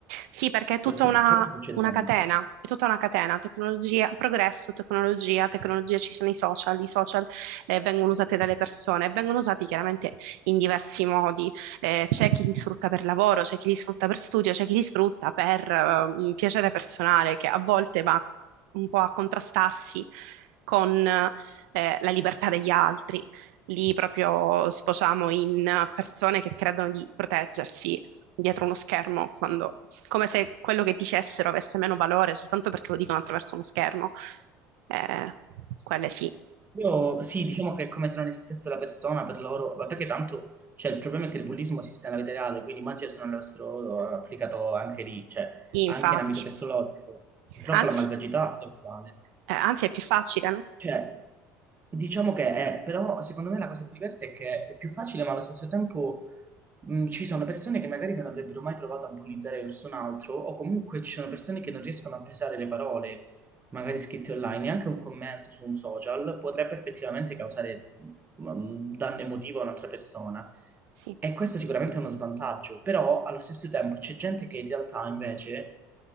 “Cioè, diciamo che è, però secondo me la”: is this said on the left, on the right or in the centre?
Right